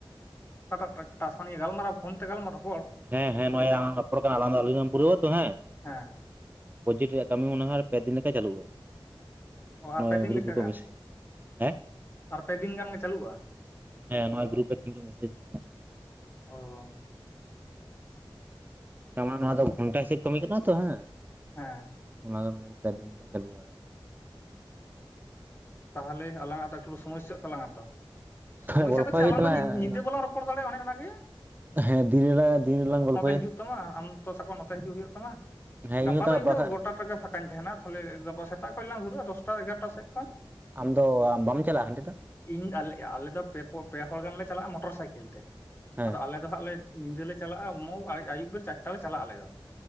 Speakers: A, on the left; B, on the right.
A: ᱯᱴᱟᱴᱟ <unintelligible> ᱴᱟᱥᱠ, ᱱᱤᱭᱟᱹ ᱜᱟᱞᱢᱟᱨᱟ ᱯᱷᱳᱱ ᱛᱮ ᱜᱟᱞ ᱢᱟᱨᱟᱣ?
B: ᱦᱮᱸ, ᱦᱮᱸ, ᱱᱚᱣᱟ ᱟᱞᱟᱝ ᱞᱟᱝ ᱨᱚᱯᱚᱲ ᱠᱟᱱᱟ᱾ ᱟᱞᱟᱝ ᱫᱚ ᱟᱹᱞᱤᱧ ᱞᱟᱝ ᱯᱩᱨᱟᱹ ᱟᱛᱚ ᱦᱮᱸ᱾
A: ᱦᱮᱸ
B: ᱯᱨᱚᱡᱮᱠᱴ ᱨᱮᱭᱟᱜ ᱠᱟᱹᱢᱤ ᱢᱚᱱᱮ ᱦᱚᱭ ᱯᱮ ᱫᱤᱱ ᱞᱮᱠᱟ ᱪᱟᱹᱞᱩᱜᱼᱟ᱾
A: ᱚ
B: ᱱᱚᱣᱟ
A: ᱟᱨ ᱯᱮ ᱫᱤᱱ
B: ᱜᱩᱨᱯ
A: ᱞᱮᱠᱟ
B: ᱨᱮᱠᱚ
A: ᱜᱟᱱ
B: ᱢᱮᱥᱮᱡ <unintelligible>
A: ᱟᱨ ᱯᱮ ᱫᱤᱱ ᱜᱟᱱ ᱜᱮ ᱪᱟᱹᱞᱩᱜᱼᱟ
B: ᱦᱮᱸ? ᱱᱚᱣᱟ ᱜᱨᱩᱯ ᱨᱮ ᱛᱮᱦᱮᱧ ᱠᱚ ᱢᱮᱥᱮᱡᱟ᱾
A: ᱚᱻ
B: ᱛᱟᱢᱟ ᱱᱚᱣᱟ
A: ᱟᱫᱚ
B: ᱫᱚ ᱜᱷᱚᱱᱴᱟ ᱦᱤᱥᱟᱹᱵ ᱠᱟᱹᱢᱤ ᱠᱟᱱᱟ ᱛᱚ᱾ ᱦᱮᱸ,
A: ᱦᱮᱸ
B: ᱚᱱᱟ ᱫᱚ ᱢᱮᱱ ᱫᱟ ᱯᱮ ᱫᱤᱱ ᱞᱮᱠᱟ ᱪᱟᱹᱞᱩᱜᱼᱟ ᱾
A: ᱛᱟᱦᱚᱞᱮ ᱟᱞᱟᱝ ᱟ ᱫᱚ, ᱮᱠᱴᱩ ᱥᱚᱢᱚᱥᱟ ᱛᱟᱞᱟᱝ ᱟ ᱛᱚ᱾ ᱥᱚᱢᱚᱥᱟ
B: ᱦᱮᱸ ᱜᱚᱞᱯᱚᱭ
A: ᱫᱚ ᱪᱮᱫ
B: ᱦᱩᱭᱩᱜ
A: ᱟᱞᱟᱝ
B: ᱛᱟᱞᱟᱝᱟ
A: ᱫᱚ ᱧᱤᱫᱟᱹ ᱵᱟᱞᱟᱝ ᱨᱚᱯᱚᱲ ᱫᱟᱲᱮᱭᱟᱜᱼᱟ ᱚᱱᱮ ᱚᱱᱟ ᱜᱮ᱾
B: ᱦᱮᱸ, ᱫᱤᱱ ᱨᱮᱞᱟ <unintelligible> ᱫᱤᱱ ᱨᱮᱞᱟᱝ ᱜᱚᱞᱯᱚᱭᱟ᱾
A: ᱦᱤᱡᱩᱜ ᱛᱟᱢᱟ, ᱟᱢ ᱛᱚ ᱥᱟᱵᱟᱜ ᱢᱮ ᱱᱚᱛᱮ ᱦᱤᱡᱩᱜ ᱦᱩᱭᱩᱜ ᱛᱟᱢᱟ ᱾
B: ᱦᱮᱸ
A: ᱜᱟᱯᱟ
B: ᱦᱚᱸ ᱛᱟᱦᱚᱞᱮ
A: ᱫᱚ ᱤᱧ
B: ᱵᱟᱠᱷᱟᱡ
A: ᱫᱚ ᱜᱚᱴᱟ ᱴᱟᱠᱟ <unintelligible> ᱯᱷᱟᱸᱠᱟᱧ ᱛᱟᱦᱮᱱᱟ᱾ ᱛᱟᱦᱚᱞᱮ ᱜᱟᱯᱟ ᱥᱮᱛᱟᱜ ᱠᱷᱚᱱ ᱞᱟᱝ ᱫᱷᱩᱨᱟᱹᱜᱼᱟ, ᱫᱚᱥᱴᱟᱼᱮᱜᱟᱨᱚᱴᱟ ᱥᱮᱫ ᱠᱷᱚᱡ᱾
B: ᱟᱢ ᱫᱚ ᱵᱟᱢ ᱪᱟᱞᱟᱜᱼᱟ ᱦᱟᱰᱮ ᱫᱚ?
A: ᱤᱧ, ᱟᱞᱮ ᱫᱚ ᱯᱮ ᱦᱚᱲ ᱜᱟᱱ ᱞᱮ ᱪᱟᱞᱟᱜᱼᱟ᱾ ᱢᱚᱴᱚᱨ ᱥᱟᱭᱠᱮᱞ ᱛᱮ,
B: ᱦᱮᱸ
A: ᱟᱫᱚ ᱟᱞᱮᱼᱼ ᱟᱫᱚ ᱦᱟᱸᱜ ᱞᱮ, ᱧᱤᱫᱟᱹ ᱞᱮ ᱪᱟᱞᱟᱜᱼᱟ᱾ ᱟᱭᱩᱵ ᱪᱟᱨᱴᱟ ᱞᱮ ᱪᱟᱞᱟᱜᱼᱟ ᱟᱞᱮ ᱫᱚ᱾